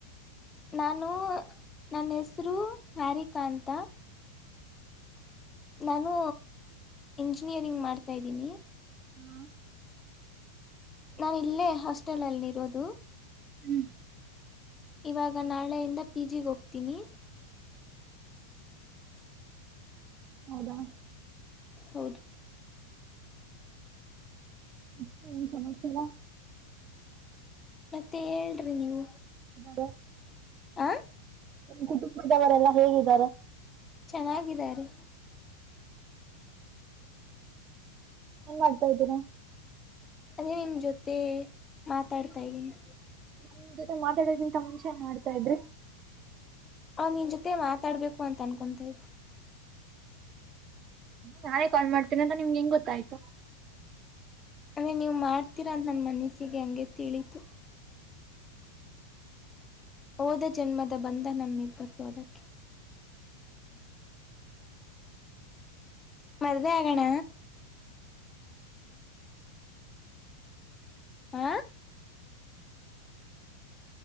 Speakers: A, on the left (about 15°); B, on the right (about 30°).
A: ನಾನು ನನ್ನ ಹೆಸರು ಹ್ಯಾರಿಕ ಅಂತ ನಾನು ಇಂಜಿನಿಯರಿಂಗ್ ಮಾಡ್ತಾಯ್ದೀನಿ
B: ಹ್ಮ
A: ನಾನ ಇಲ್ಲೇ ಹಾಸ್ಟೆಲಲ್ಲಿ ಇರೋದು
B: ಹ್ಮ್
A: ಇವಾಗ ನಾಳೆಯಿಂದ ಪಿ ಜಿಗೆ ಹೋಗ್ತೀನಿ
B: ಹೌದಾ
A: ಹೌದು
B: ಮತೇ ಹೇಳಿ ಸಮಾಚಾರ
A: ಮತ್ತೆ ಹೇಳ್ರರಿ ನೀವು
B: ಬ
A: ಆ
B: ನಿಮ್ಮ ಕುಟುಂಬದವರೆಲ್ಲಾ ಹೇಗಿದ್ದಾರೆ
A: ಚೆನ್ನಾಗಿದ್ದಾರೆ
B: ಏನ್ ಮಾಡ್ತಾ ಇದ್ದೀರಾ
A: ಅದೇ ನಿಮ್ಮ ಜೊತೆ ಮಾತಾಡ್ತಾ ಇದ್ದೀನಿ
B: ನನ್ ಜೊತೆ ಮಾತಾಡೋಕ್ಕಿಂತ ಮುಂಚೆ ಎನ್ ಮಾಡ್ತಾ ಇದ್ರಿ
A: ಅವ್ ನಿನ್ ಜೊತೆ ಮಾತಾಡ್ಬೇಕು ಅಂತ ಅನ್ಕೊತಾತ್ತು
B: ನಾನೇ ಕಾಲ್ ಮಾಡ್ತೀನ ಅಂತಾ ನಿಮ್ಗೆ ಹೆಂಗ ಗೊತ್ತಾಯ್ತು
A: ಅಂದರೆ ನೀವು ಮಾಡ್ತೀರಾ ಅಂತ ನನ್ನ ಮನಸ್ಸಿಗೆ ಹಂಗೆ ತಿಳಿತು ಹೋದ ಜನ್ಮದ ಬಂದ ನಮಿಬ್ಬರದು ಅದಕ್ಕೆ ಮದ್ವೆ ಆಗೋಣ ಹ